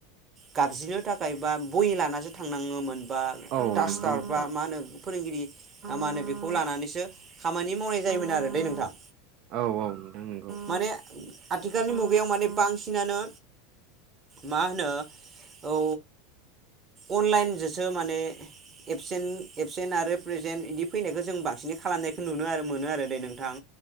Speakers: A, on the right; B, on the right.
A: गाबज्रिनो थाखाय बा बहि लानासो थांनाङोमोन बा
B: औ
A: टासटार
B: नंगौ नोंथां
A: बा मा होनो फोरोंगिरि ना मा होनो बेखौ लानानैसो खामानि मावनाय जायोमोन आरो दै नोंथां
B: औ औ नोंथां नंगौ
A: माने आथिखालनि मुगायाव माने बांसिनानो मा होनो औ अनलाइनजोंसो माने एबसेन एबसेन्ट आरो प्रेजेन्ट बिदि फैनायखौ जों बांसिनै खालामनायखौ नुनो आरो मोनो आरो दे नोंथां।